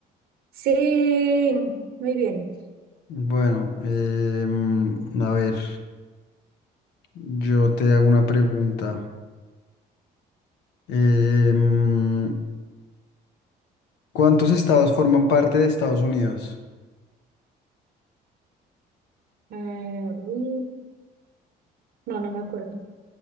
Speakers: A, on the right; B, on the left.
A: Sí, muy bien.
B: Bueno, em, a ver, yo te hago una pregunta. Em, ¿cuántos estados forman parte de Estados Unidos?
A: Eh, uy, no, no me acuerdo.